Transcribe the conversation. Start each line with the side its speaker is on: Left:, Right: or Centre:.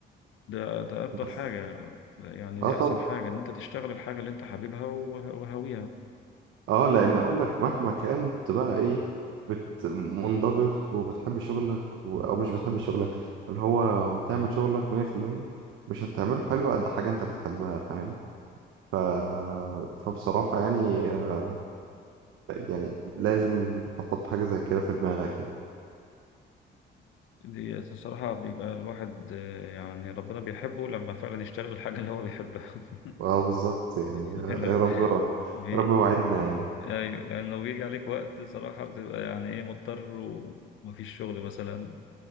Left: ده ده أفضل
Right: بس
Left: حاجة ده يعني
Right: اه
Left: دي
Right: طبعا
Left: أحسن حاجة إن أنت تشتغل الحاجة اللي أنت حاببها وه- وهاويها
Right: اه لان اقول لك مهما كانت بقى ايه بت... منضبط وبتحب شغلك و... او مش بتحب شغلك اللي هو بتعمل شغلك 100% مش هتعمله حلو قد حاجة انت بتحبها فاهم ف... فبصراحة يعني آه، يعني لازم تحط حاجة زي كده في دماغك يعني
Left: دي الصراحة بيبقى الواحد آه، يعني ربنا بيحبه لما فعلا يشتغل الحاجة اللي هو بيحبها <laughs>
Right: اه بالظبط يعني
Left: لأنه
Right: آه، يا رب
Left: بي-
Right: يا رب وعدنا يعني
Left: ايوه لان لو بيجي عليك وقت صراحة بتبقى يعني ايه مضطر ومفيش شغل مثلا